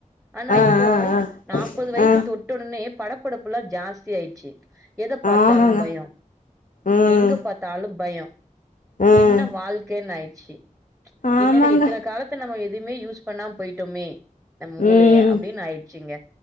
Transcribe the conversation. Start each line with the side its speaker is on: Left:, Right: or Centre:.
Centre: ஆனா
Left: ஆ
Centre: இப்போ
Left: ஆ ஆ
Centre: நாப்பது வயசு
Left: ஆ
Centre: தொட்ட உடனே படப்படப்பு எல்லா ஜாஸ்தியாயிட்ச்சு எத பாத்தாலும்
Left: ஆமாங்க
Centre: பயோ
Left: ம்
Centre: எங்க பாத்தாலு பயோ
Left: ம்
Centre: என்ன வாழ்க்கன்னு ஆயிர்ச்சு
Left: ஆமாங்க
Centre: என்னடா எத்தன காலத்த நம்ம எதுவுமே யூஸ் பண்ணாம போயிட்டோமே நம்ம மூளைய
Left: ம்
Centre: அப்டின்னு ஆயிடுச்சுங்க